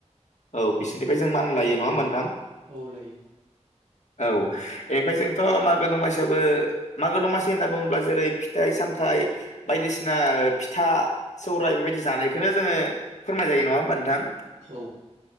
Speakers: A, on the left; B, on the right.
A: औ बिसोरनिफ्राय जों मान लायो नङा होमबा नोंथां
B: औ लायो
A: औ बेनिफ्राय जोंथ' मागो दमासियावबो मागो दमासि होनना बुङोब्ला जेरै फिथाइ सामथायाइ बायदिसिना फिथा सौरायाइ बे बि जानायखौनो जोङो फोरमाय जायो नङा होमबा नोंथां
B: औ